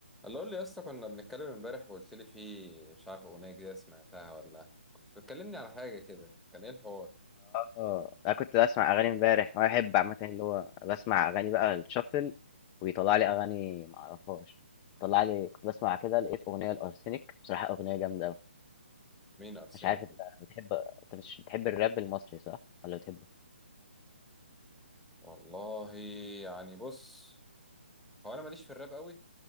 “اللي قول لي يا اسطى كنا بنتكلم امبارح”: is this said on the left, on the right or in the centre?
Centre